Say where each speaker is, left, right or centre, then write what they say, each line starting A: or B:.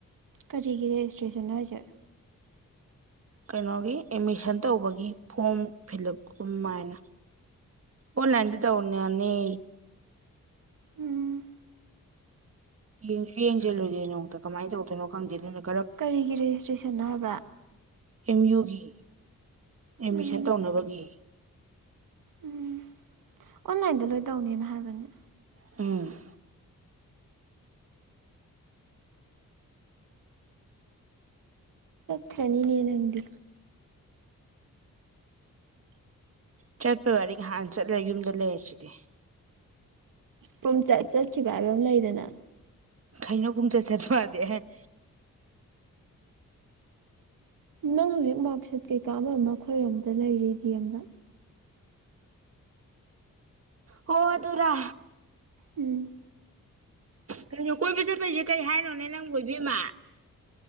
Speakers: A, on the right; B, on the right.
A: ꯀꯔꯤꯒꯤ ꯔꯦꯖꯤꯁꯇ꯭ꯔꯦꯁꯟ ꯍꯥꯏꯖꯠ
B: ꯀꯩꯅꯣꯒꯤ ꯑꯦꯠꯃꯤꯁꯟ ꯇꯧꯕꯒꯤ ꯐꯣꯝ ꯐꯤꯜ ꯎꯞ ꯀꯥꯏꯅ ꯍ ꯅꯗꯤ ꯇꯧꯅꯤꯅꯤ
A: ꯎꯝ
B: ꯌꯦꯡꯁꯨ ꯌꯦꯡꯁꯤꯜꯂꯨꯨꯔꯦ ꯅꯨꯇ ꯀꯃꯥꯏꯅ ꯇꯧꯗꯣꯏꯅꯣ ꯈꯪꯗꯦꯗꯅ
A: ꯀꯔꯤꯒꯤ ꯔꯦꯖꯤꯁꯇ꯭ꯔꯦꯁꯟꯅꯣ ꯍꯥꯏꯕ
B: ꯑꯦꯝ ꯌꯨꯒꯤ ꯑꯦꯠꯃꯤꯁꯟ
A: ꯎꯝ
B: ꯇꯧꯅꯕꯒꯤ
A: ꯎꯝ ꯑꯣꯟꯂꯥꯏꯟꯗ ꯂꯣꯏ ꯇꯧꯅꯦꯅ ꯍꯥꯏꯕꯅꯤ
B: ꯎꯝ
A: ꯈꯅꯤꯅꯦꯅꯪꯗꯤ
B: ꯆꯠꯄ ꯋꯥꯔꯤꯍꯥꯟ ꯆꯠꯂ ꯌꯨꯝꯗ ꯂꯩꯔꯁꯤꯗꯤ
A: ꯄꯨꯡꯆꯠ ꯆꯠꯈꯤꯕ ꯍꯥꯏꯕ ꯑꯃ ꯂꯩꯗꯅ
B: ꯀꯩꯅꯣꯒꯨꯝ ꯆꯠ ꯆꯠ ꯃꯥꯗꯦ
A: ꯅꯪ ꯍꯧꯖꯤꯛ ꯃꯥꯔꯛꯁꯤꯠ ꯀꯩꯀꯥ ꯑꯃ ꯑꯃ ꯑꯩꯈꯣꯏꯔꯣꯝꯗ ꯂꯩꯔꯤ ꯗꯤ ꯑꯦꯝꯗ
B: ꯍꯗꯔ
A: ꯎꯝ
B: ꯀꯩꯅꯣ ꯀꯣꯏꯕ ꯆꯠꯄꯩꯁꯦ ꯀꯩ ꯍꯥꯏꯅꯣꯅꯦ ꯅꯪ ꯀꯣꯏꯕꯤꯃ